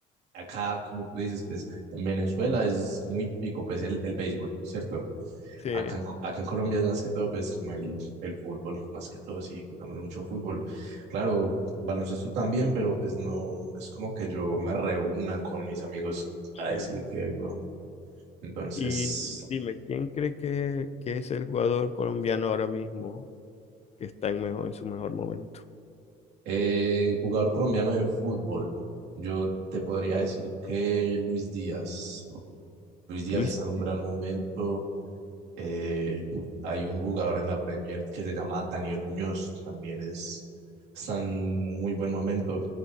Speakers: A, on the right; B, on the left.
A: acá, como tú dices, pues en Venezuela es muy típico pues el, el béisbol, ¿cierto?
B: Sí,
A: Acá en, Co- acá en Colombia es más que todo pues como el, el fútbol, más que todo sí, jugamos mucho fútbol. Claro, baloncesto también, pero pues no, no es como que yo me reúna con mis amigos a
B: sí.
A: decir que no. Entonces,
B: Y dime, ¿quién cree que, que es el jugador colombiano ahora mismo que está en mejor, en su mejor momento?
A: eh, jugador colombiano de fútbol, yo te podría decir que Luis Díaz. Luis Díaz
B: Luis.
A: está en un gran momento. Eh, hay un jugador en la Premier que se llama Daniel Muñoz, también es, está en muy buen momento.